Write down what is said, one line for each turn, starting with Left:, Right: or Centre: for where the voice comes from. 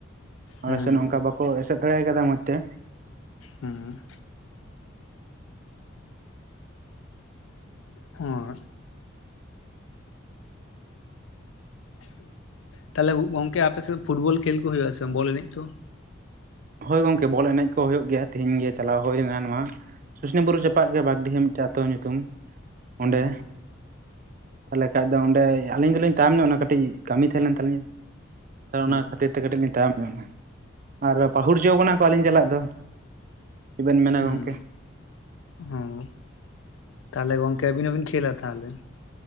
Right: ᱟᱞᱮ
Left: ᱦᱩᱸ
Right: ᱥᱮᱱ ᱚᱱᱠᱟ ᱵᱟᱠ ᱠᱚ ᱮᱥᱮᱫ ᱫᱟᱲᱮ ᱟᱠᱟᱫᱟ ᱢᱚᱡᱽ ᱛᱮ,
Left: ᱦᱩᱸ᱾ ᱦᱳᱭ᱾ ᱛᱟᱞᱦᱮ ᱜᱚᱝᱠᱮ ᱟᱯᱮ ᱥᱮᱫ ᱯᱷᱩᱴᱵᱚᱞ ᱠᱷᱮᱞ ᱠᱚ ᱦᱩᱭᱩᱜ-ᱟ ᱥᱮ ᱵᱟᱝ ᱵᱚᱞ ᱮᱱᱮᱡ ᱠᱚ?
Right: ᱦᱳᱭ ᱜᱚᱝᱠᱮ ᱵᱚᱞ ᱮᱱᱮᱡ ᱠᱚ ᱦᱩᱭᱩᱜ ᱜᱮᱭᱟ, ᱛᱤᱦᱤᱧ ᱜᱮ ᱪᱟᱞᱟᱣ ᱦᱩᱭ ᱞᱮᱱᱟ ᱱᱚᱣᱟ ᱥᱩᱥᱱᱤ ᱵᱩᱨᱩ ᱪᱟᱯᱟᱜᱫ ᱜᱮ ᱵᱟᱜᱽᱰᱤᱦᱟᱹ ᱢᱤᱫᱴᱮᱡ ᱟᱹᱛᱩ ᱧᱩᱛᱩᱢ
Left: ᱦᱩᱸ
Right: ᱚᱸᱰᱮ᱾ ᱛᱟᱞᱦᱮ ᱠᱷᱟᱡ ᱫᱚ ᱚᱸᱰᱮ ᱟᱹᱞᱤᱧ ᱫᱚᱞᱤᱧ ᱛᱟᱭᱚᱢ ᱧᱚᱜ ᱚᱱᱟ ᱠᱟᱹᱴᱤᱡ ᱠᱟᱹᱢᱤ ᱛᱟᱦᱮᱸ ᱞᱮᱱ ᱛᱟᱹᱞᱤᱧᱟ, ᱛᱟᱞᱦᱮ
Left: ᱦᱩᱸ
Right: ᱚᱱᱟ ᱠᱷᱟᱹᱛᱤᱨ ᱛᱮ ᱠᱟᱹᱴᱤᱡ ᱞᱤᱧ ᱛᱟᱭᱚᱢ ᱧᱚᱜ ᱮᱱᱟ᱾ ᱟᱨ ᱯᱟᱹᱦᱩᱲ ᱦᱚᱪᱚ ᱟᱠᱟᱱᱟ ᱠᱚ ᱟᱹᱞᱤᱧ ᱪᱟᱞᱟᱜ ᱫᱚ᱾ ᱪᱮᱫ ᱵᱮᱱ ᱢᱮᱱᱟ
Left: ᱦᱩᱸ,
Right: ᱜᱚᱝᱠᱮ
Left: ᱦᱳᱭ, ᱛᱟᱦᱚᱞᱮ ᱜᱚᱝᱠᱮ ᱟᱹᱵᱤᱱ ᱦᱚᱸᱵᱤᱱ ᱠᱷᱮᱞᱟ ᱛᱟᱦᱚᱞᱮ?